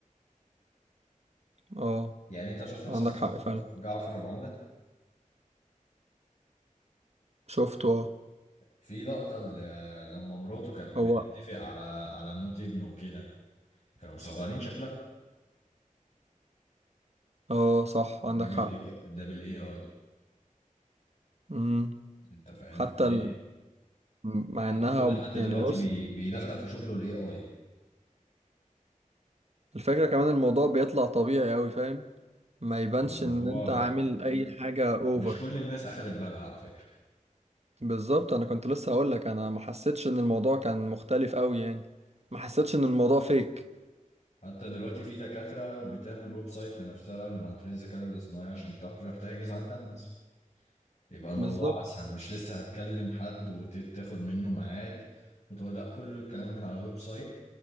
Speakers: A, on the right; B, on the left.
A: اه
B: يعني انت شفت مثلا
A: عندك
B: مسلسل
A: حق فعلا
B: جعف- جعفر العمدة
A: شفته اه
B: في لقطة ل- لما مراته كانت
A: هو
B: بتتفق على على موت ابنه وكده كانوا مصغرين شكلها
A: اه صح عندك
B: ده بالاي
A: حق
B: ده بالاي اي
A: امم
B: انت فاهم
A: حتى
B: فليه
A: ال... مع
B: حتى
A: انها
B: كل
A: ب-
B: حد دلوقتي
A: يعني بص
B: بي... بيدخل في شغله الاي اي
A: الفكرة كمان الموضوع بيطلع طبيعي اوي فاهم ما يبانش
B: الموضوع
A: ان انت عامل اي حاجة اوفر
B: مش كل الناس اخدت بالها على فكرة
A: بالظبط انا كنت لسه هقولك انا ما حسيتش ان الموضوع كان مختلف اوي يعني ما حسيتش ان الموضوع فيك
B: حتى دلوقتي في دكاترة بتعمل ويب سايت لنفسها من عن طريق الذكاء الاصطناعي عشان تعرف تحجز عندها مثلا يبقى الموضوع
A: بالظبط
B: اسهل مش لسه هتكلم حد وتاخد منه ميعاد وتقول لا كل الكلام من على ويب سايت